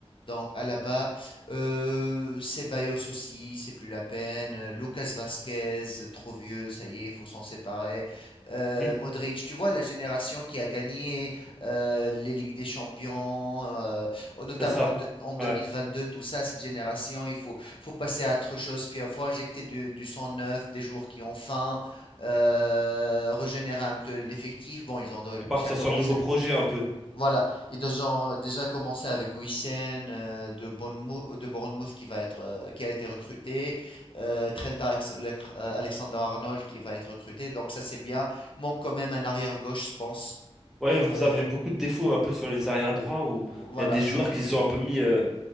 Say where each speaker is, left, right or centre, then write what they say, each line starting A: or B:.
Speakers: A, on the left; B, in the centre.
A: Donc, Alaba. Heu, Ceballos aussi, c'est plus la peine, heu, Lucas Vasquez, trop vieux, ça y est, il faut s'en séparer, heu,
B: Hmm,
A: Modric, tu vois la génération qui a gagné, heu, les ligues des champions, heu, oh notamment
B: c'est ça.
A: en deux en 2022,
B: Ouais.
A: tout ça, cette génération, il faut faut passer à autre chose, fi faut injecter du du sang neuf, des joueurs qui ont faim, heu, régénérer un peu l'effectif. Bon, ils ont
B: Et partir
A: déjà commencé
B: sur un nouveau projet un peu.
A: voilà, ils ont déjà commencé avec Wissem euh, de Bournemouth, euh, de Bournemouth qui va être, euh, qui a été recruté, euh, Trent Alex- le- euh, Alexander-Arnold qui va être recruté, donc ça c'est bien. Il manque quand même un arrière-gauche, je pense.
B: Ouais, vous
A: Euh,
B: avez beaucoup de défauts un peu sur les arrières droits où
A: voilà,
B: il y a des joueurs qui sont un peu mis euh,